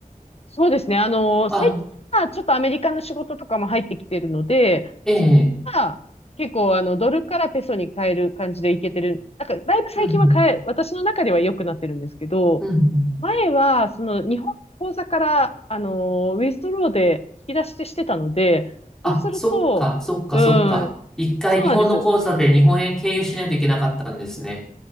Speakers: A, on the left; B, in the centre.
A: そうですね。あの、
B: あ、
A: 最近はちょっとアメリカの仕事とかも入ってきてるので、
B: ええ、
A: まあ、結構あの、ドルからペソに変える感じでいけてる。なんか、だいぶ最近は変え、
B: うん、
A: 私の中では良くなってるんですけど、
B: うん、うん。
A: 前は、その、日本の口座から、あの、ウィストローで引き出してしてたので、
B: あ、
A: そうすると、
B: そっか、そっか、
A: う
B: そっか。
A: ん、
B: 一回日本の口座で日本円経由しないといけなかったんですね。
A: そうなんです。